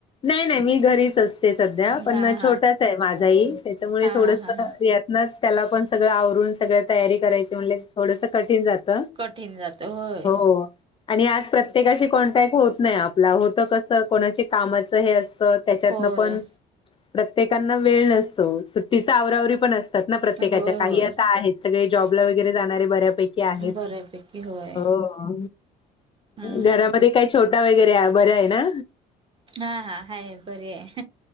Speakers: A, on the left; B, on the right.
A: नाही नाही. मी घरीच असते सध्या पण
B: हा
A: माझा छोटाच
B: हा
A: आहे माझाही त्याच्यामुळे
B: हा
A: थोडस
B: हा
A: घरी
B: हा
A: अस त्यातनच त्याला पण सगळं आवरून सगळ तयारी करायची म्हणलं की थोडस कठीण जात,
B: कठीण जात होय
A: हो. आणि आज प्रत्येकाशी कॉन्टॅक्ट होत नाही आपला होतं कस कोणाची कामाचं हे असतं त्याच्यातन
B: होय
A: पण प्रत्येकाना वेळ नसतो सुट्टीचा आवराआवरी पण अस तात ना प्रत्येकाच्या,
B: होय
A: काही
B: होय
A: आता आहेत सगळे जॉबला वगैरे जाणारे बऱ्यापैकी आहेत.
B: बऱ्यापैकी होय
A: हो.
B: हम्म
A: घरामध्ये काय छोटा वगैरे आहे बरा आहे ना?
B: हा हा हा हाय. बरी आहे